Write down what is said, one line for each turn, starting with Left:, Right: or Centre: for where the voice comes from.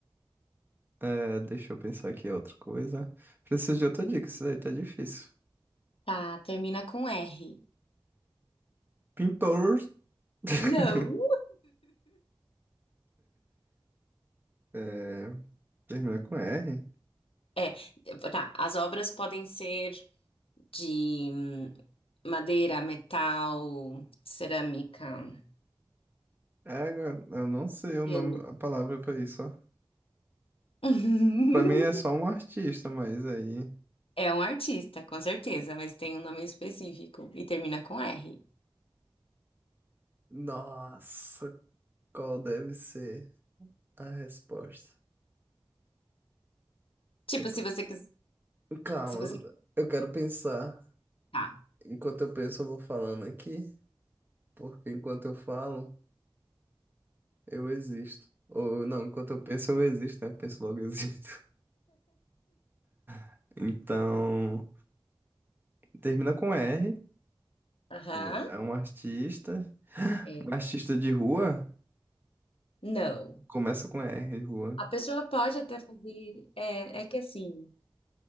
Right: É, deixa eu pensar aqui outra coisa. Preciso de outra dica, isso daí tá difícil.
Left: Tá, termina com R.
Right: Pintor. <laughs>
Left: Não.
Right: É, termina com R.
Left: É, tá. As obras podem ser de hum, madeira, metal, cerâmica.
Right: Égua, eu não sei o
Left: pelo.
Right: nome, a palavra pra isso, ó.
Left: <laughs>
Right: Pra mim é só um artista, mas aí.
Left: É um artista, com certeza, mas tem um nome específico e termina com R.
Right: Nossa, qual deve ser a resposta?
Left: Tipo,
Right: eu pre-
Left: se você quiser.
Right: Calma,
Left: Se você.
Right: eu quero pensar.
Left: Tá.
Right: Enquanto eu penso, eu vou falando aqui, porque enquanto eu falo, eu existo. Ou não, enquanto eu penso, eu existo, né? Penso logo, eu existo. <laughs> Então. Termina com R.
Left: Aham.
Right: um- É um artista.
Left: É.
Right: Um artista de rua
Left: Não.
Right: começa com R, de rua.
Left: A pessoa pode até fazer. É, é que assim.